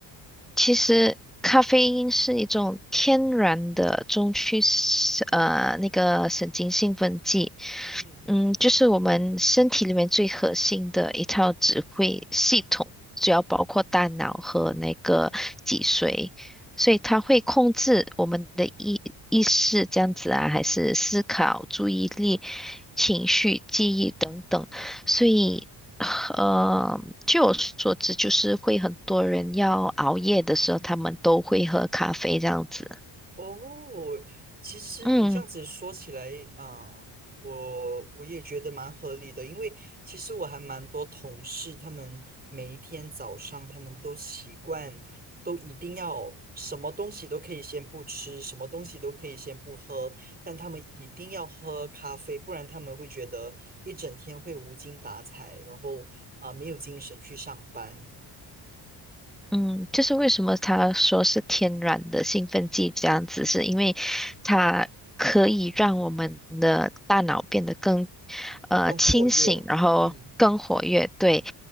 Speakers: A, in the centre; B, on the right.
A: 其实咖啡因是一种天然的中区神呃那个神经兴奋剂，
B: 嗯。
A: 嗯，就是我们身体里面最核心的一套指挥系统，主要包括大脑和那个脊髓，所以它会控制我们的意意识这样子啊，还是思考、注意力、情绪、记忆等等，所以。呃，据我所知，就是会很多人要熬夜的时候，他们都会喝咖啡这样子。
B: 哦，其实你这样子说起来啊，
A: 嗯，
B: 我我也觉得蛮合理的，因为其实我还蛮多同事，他们每一天早上他们都习惯，都一定要什么东西都可以先不吃，什么东西都可以先不喝，但他们一定要喝咖啡，不然他们会觉得一整天会无精打采，然后啊，没有精神去上班，
A: 嗯，就是为什么他说是天然的兴奋剂这样子，是因为它可以让我们的大脑变得更呃清醒，
B: 更活跃。
A: 然后更活跃。
B: 嗯
A: 对，